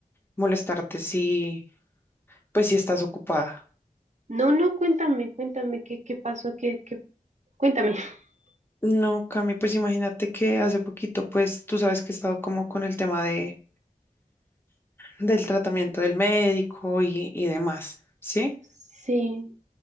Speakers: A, on the left; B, on the right.
A: molestarte si, pues si estás ocupada.
B: No, no, cuéntame, cuéntame qué, qué pasó, qué, qué, cuéntame. <laughs>
A: No, Cami, pues imagínate que hace poquito, pues tú sabes que he estado como con el tema de, del tratamiento del médico y, y demás, ¿sí?
B: Sí,